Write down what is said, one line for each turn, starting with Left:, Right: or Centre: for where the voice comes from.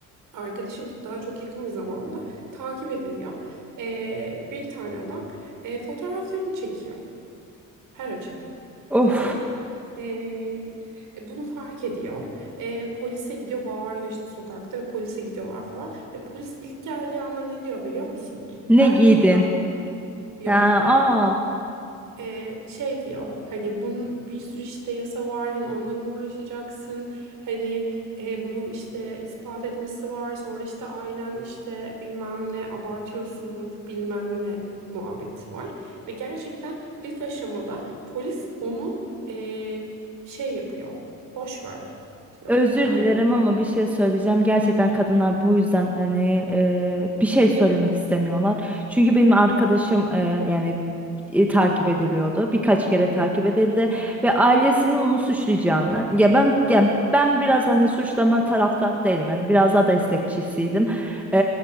Right: arkadaşım daha çok yakın bir zamanla takip ediliyor. Ee, bir tane adam e, fotoğraflarını çekiyor her açıdan
Centre: Of.
Right: kızın. Ee, e, bunu fark ediyor. Ee, polise gidiyor bağırıyor işte sokakta ve polise gidiyorlar falan. Ve polis ilk geldiği anda ne diyor biliyor musun?
Centre: Ne
Right: Bence
Centre: giydin?
Right: uzatma. Yok,
Centre: Ha,
Right: hayır
Centre: aa,
Right: e, şey diyor hani bunun bir sürü işte yasa var hani onunla mı uğraşacaksın hani e, bunu işte ispat etmesi var sonra işte ailen işte bilmem ne abartıyorsundur bilmem ne muhabbeti var ve gerçekten ilk aşamada polis onu e, şey yapıyor boş ver diyor
Centre: Özür
Right: yani
Centre: dilerim ama bir şey söyleyeceğim. Gerçekten kadınlar bu yüzden hani e, bir şey söylemek istemiyorlar. Çünkü benim arkadaşım e, yani e, takip ediliyordu. Birkaç kere takip
Right: Hı
Centre: edildi ve ailesinin onu suçlayacağını. Ya ben ya ben biraz hani suçlama taraftarı değilim. Yani biraz daha destekçisiydim.
Right: hı.
Centre: E,